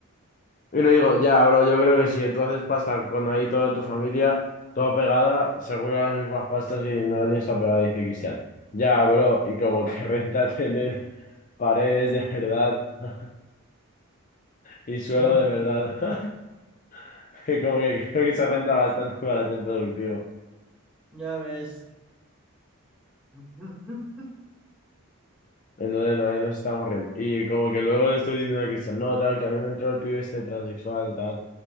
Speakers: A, on the left (about 35°); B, in the centre.
A: Y le digo, ya, bro, yo creo que si tú haces pasta con ahí toda tu familia, toda pegada, seguro las mismas pastas y no la tienes toda pegada, dice Cristian. Ya, bro, y como que <laughs> renta tener paredes de verdad <laughs> y suelo
B: <laughs>
A: de verdad. <laughs> Y como que creo que se renta bastante para ser productivo.
B: Ya ves. <laughs>
A: Entonces no, ahí nos estamos riendo. Y como que luego le estoy diciendo a Cristian, no, tal, que a mí me entró el pibe este transexual, tal.